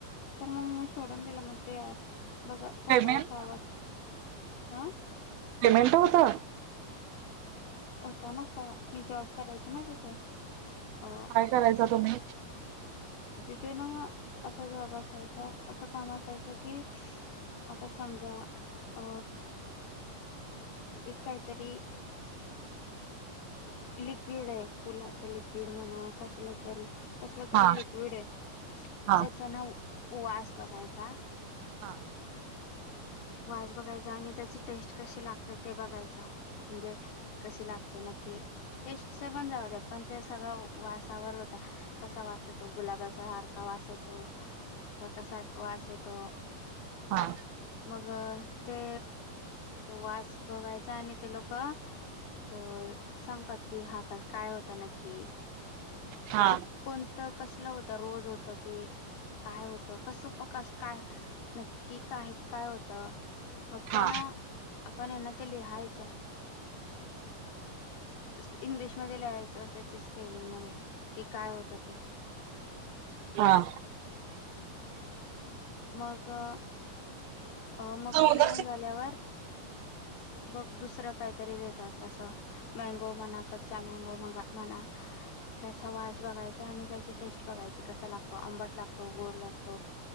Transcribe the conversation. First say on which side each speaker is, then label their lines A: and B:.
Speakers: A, on the left; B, on the right.
A: तर मग मी शोडून दिलं, म्हटलं यार बघा सकाळी
B: पेमेंट
A: सहा वाज हां.
B: पेमेंट होता
A: त्यांना सहा मी जॉब करायची ना तिथे अ
B: काय करायचा तुम्ही?
A: तिथे ना असा जॉब असायचा असं काम असायचं की आता समजा अ एक काहीतरी लिक्विड आहे फुलाचा लिक्विड म्हणा कसलं तरी कसलं तरी
B: हा
A: लिक्विड आहे, त्याचा
B: हा
A: ना वास बघायचा
B: हा
A: वास बघायचा आणि त्याची टेस्ट कशी लागते ते बघायचं म्हणजे कशी लागते नक्की टेस्टचा पण जाऊदे, पण ते सगळं व वासावर होता कसा वास येतो गुलाबासारखा वास येतो तर कसा वास येतो
B: हा
A: मग ते तो वास बघायचा आणि ते लोकं अ सांगतात कि हा का काय होत नक्की
B: हा
A: नाही ते कोणतं कसलं होत रोज होत की काय होतं कसं प कस काय नक्की काय काय होतं? मग तो
B: हा हा हा
A: ना आपण आहे ना ते लिहायचा. असं इंग्लिशमध्ये लिहायचं त्याची स्पेलिंग मध्ये कि काय होतं ते.
B: हा.
A: मग अ मग
B: हा हा
A: ते लिहून
B: हा
A: झाल्यावर बघ दुसरं काहीतरी देतात असं मॅंगो म्हणा क च्चा मँगो मगा म्हणा त्याचा वास बघाय चा आणि त्याची टेस्ट बघायची कसा लागतो आंबट लागतो, गोड लागत,